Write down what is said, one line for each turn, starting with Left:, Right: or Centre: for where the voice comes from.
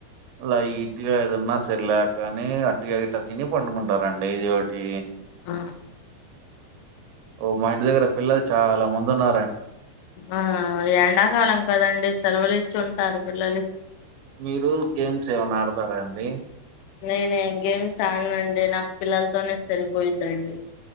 Right: లైట్గ ఏదన్నా సెర్ ల్య కాని అట్టుగ గిట్టి తిని పండుకుంటారండి ఇది ఒకటి
Left: ఆ
Right: ఓ మా ఇంటి దగ్గర పిల్లలు చాల మంది ఉన్న
Left: ఆ ఎండాకాలం కదండి సెలవులు ఇచ్చి ఉంటారు పిల్లలకి
Right: మీరు గేమ్స్ ఏమైన ఆడతార అండి
Left: నేనేం గేమ్స్ ఆడనండి నా పిల్లలతోనే సరిపోయిద్దండి